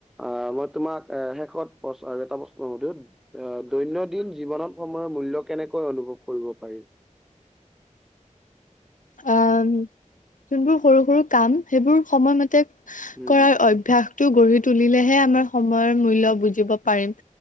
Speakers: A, in the centre; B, on the left (about 85°).
A: অ' মই তোমাক শেষত প্ৰ আৰু এটা প্ৰশ্ন সুধো? অ' দৈনন্দিন জীৱনত সময়ৰ মূল্য কেনেকৈ অনুভৱ কৰিব পাৰি?
B: অ' যোনবোৰ সৰু-সৰু কাম সেইবোৰ সময়মতে
A: উম
B: কৰাৰ অভ্যাস টো গঢ়ি তুলিলেহে আমাৰ সময়ৰ মূল্য বুজিব পাৰিম।